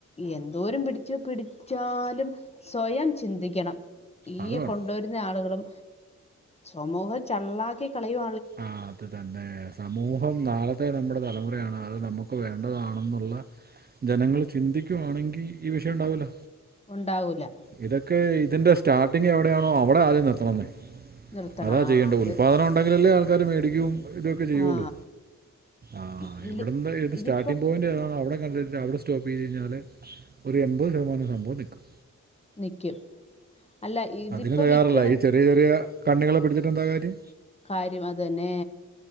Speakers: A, on the left; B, on the right.
A: എന്തോരം പിടിച്ചു പിടിച്ചാലും സ്വയം ചിന്തിക്കണം ഈ
B: അത് വേണം
A: കൊണ്ടുവര്ന്ന ആളുകളും സമൂഹം ചള്ളാക്കി കളയു
B: ആഹ് അത് തന്നെ സമൂഹം നാളത്തെ നമ്മുടെ തലമുറയാണ് അത് നമുക്ക് വേണ്ടതാണെന്നുള്ള ജനങ്ങൾ ചിന്തിക്കുവാണെങ്കി ഈ വിഷയം ഉണ്ടാവൂല്ല
A: ഉണ്ടാവൂല
B: ഇതൊക്കെ ഇതിന്റെ സ്റ്റാർട്ടിങ്‌ എവിടെയാണോ അവിടെ ആദ്യം നിർത്തണം ന്നേ
A: നിർത്തണം
B: അതാ
A: ആ
B: ചെയ്യണ്ടെ ഉല്പാദനം
A: അത്
B: ഉണ്ടെങ്കിലല്ലേ ആൾക്കാര് മേടിക്കും ഇതൊക്കെ ചെയ്യുള്ളൂ
A: ആ
B: ആഹ്
A: ഇതില്
B: എവിടെന്ന് ഏത്
A: ഇതിപ്പോ
B: സ്റ്റാട്ടിംഗ് പോയിന്റ് ഏതാണോ അവിടെ <unintelligible> അവിടെ സ് റ്റോപ്പ് ചെയ്ത് കഴിഞ്ഞാല് ഒരു എൺപത് ശതമാനം സംഭവം നിക്കും
A: നിക്കും അല്ല ഇതിപ്പ
B: അതിന് തയ്യാറല്ല
A: വിക്കണേ
B: ഈ ചെറിയ ചെറിയ കണ്ണികളെ പിടിച്ചിട്ടെന്താ കാര്യം
A: കാര്യം അതന്നേ